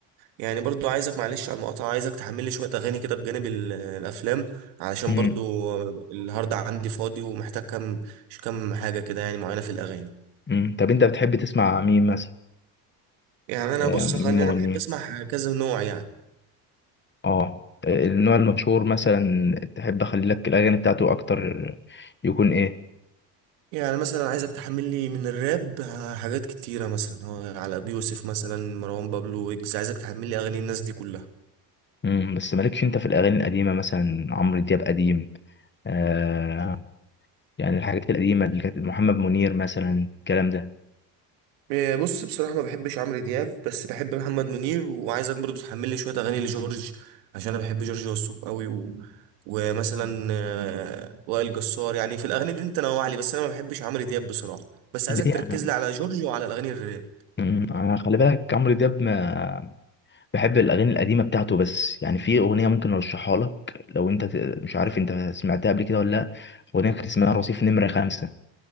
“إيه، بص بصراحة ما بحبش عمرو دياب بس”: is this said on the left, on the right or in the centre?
Right